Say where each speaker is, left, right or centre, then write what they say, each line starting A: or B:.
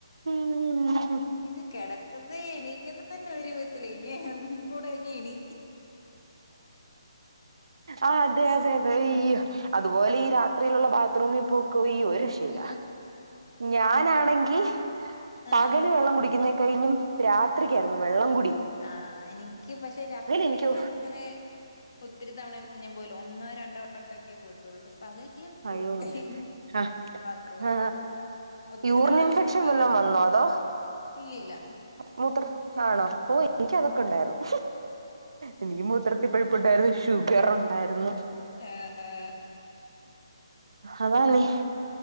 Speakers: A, on the right (about 65°); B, on the left (about 45°).
A: ഉം ഉ.
B: ഇത് കിടക്കുന്നത് എണീക്കന്ന തന്നെ ഒരൂധത്തിലാ ഇനി അത കൂടെ ഇനി എണീ
A: ആ
B: പറഞ്ഞു
A: അതെ അതെ അതെ ഈ അതുപോലെ ഈ രാത് ഇത്രയിലുള്ള ബാത്റൂമിൽ പോക്ക് ഉയ്യോ ഒരു ഇഷയുംല്ലാ.
B: ഉം
A: ഞാനാണെങ്കി
B: ആഹ്
A: പകല് വെള്ളം കുടിക്കുന്നയി കഴിഞ്ഞ രാത്രിക്കായിരുന്നു വെള്ളം കൂടി
B: ആഹ് എനിക്ക് പക്ഷെ രാത്രിൽ
A: എനിക്ക്
B: എങ്ങനെ ഒത്തിരി തവണയൊന്നും ഞ്ഞാൻ പോയിലാ ഒന്നോ രണ്ടോ വട്ടമൊക്കെ പോയിട്ടുള്ളൂ പക്ഷ പക ഫുൾ
A: അയ്യോ
B: ടൈം
A: ആ
B: ബാത്റൂമിൽ
A: ആ
B: പോക്കാ. ഒത്തിരി
A: യൂറിൻ
B: തണ
A: ഇൻഫെക്ഷൻ
B: പകല.
A: വല്ലോം വന്നോ അതോ
B: ഇല്ലില്ല
A: മൂത്ര ആണോ ഓ എനിക്ക് അതൊക്കെ ഉണ്ടായിരുന്നു. എനിക്ക് മൂത്ര കുട്ടിപ്പഴിപ്പുണ്ടായിരുന്നു, ഷുഗർ ഉണ്ടായിരുന്നു
B: ഏ ഏ
A: അതാന്നേ.